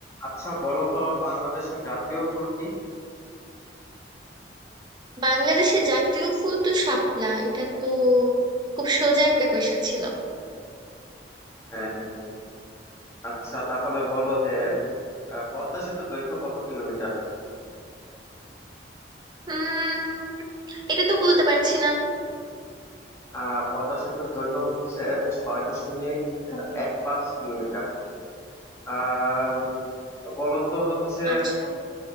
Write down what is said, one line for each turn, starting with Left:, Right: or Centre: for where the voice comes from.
Left: আচ্ছা বলো তো বাংলাদেশের জাতীয় ফুল কি
Right: বাংলাদেশের জাতীয় ফুল তো শাপলা এটা তো খুব সোজা একটা কোয়েশ্চেন ছিল
Left: হ্যাঁ হ্যাঁ হ্যাঁ আচ্ছা তাহলে বলো যে আহ, পদ্মা সেতুর দৈর্ঘ্য কত কিলোমিটার
Right: উম এটা তো বলতে পারছি না
Left: আহ পদ্মা সেতুর দৈর্ঘ্য হচ্ছে ছয় দশমিক এক পাঁচ কিলোমিটার আহ বলো তো হচ্ছে
Right: আচ্ছা